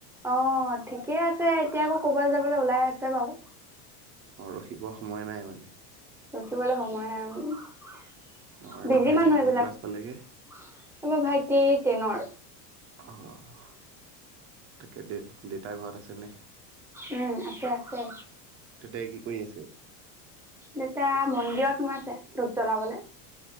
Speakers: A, in the centre; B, on the right (about 30°).
A: অ ঠিকে আছে, এতিয়া আকৌ ক'বালে যাবলৈ ওলাই আছে বাৰু।
B: অ', ৰখিব সময় নাই মানে।
A: ৰখিবলৈ সময় নাই
B: অ এইবাৰ
A: বিজি
B: ভাইটি
A: মানুহ
B: কোন
A: এইবিলাক,
B: ক্লাছ পালেগে
A: এইবাৰ ভাইটি টেনৰ।
B: অ'। তাকে দে দেউতা ঘৰত আছেনে
A: উম, আছে, আছে
B: দেউতাই কি কৰি আছে
A: দেতা মন্দিৰত‌ সোমাইছে। ধূপ জ্বলাবলে।